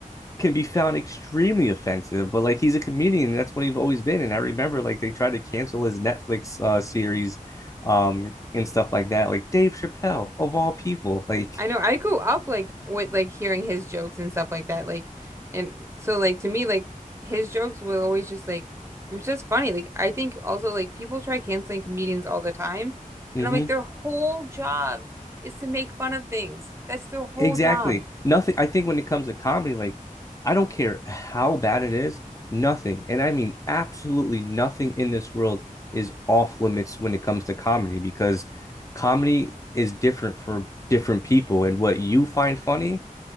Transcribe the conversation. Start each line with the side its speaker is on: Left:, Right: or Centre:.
Left: can be found extremely offensive, but like he's a comedian and that's what he's always been. And I remember like they tried to cancel his Netflix uh, series um and stuff like that. Like Dave Chappelle of all people, like
Right: I know I grew up like with like hearing his jokes and stuff like that. Like and so like to me like his jokes were always just like it was just funny. Like I think also like people try canceling comedians all the time
Left: mm-hmm.
Right: and I'm like their whole job is to make fun of things. That's their whole
Left: Exactly.
Right: job.
Left: Nothing. I think when it comes to comedy, like, I don't care how bad it is, nothing, and I mean absolutely nothing in this world is off limits when it comes to comedy because comedy is different for different people, and what you find funny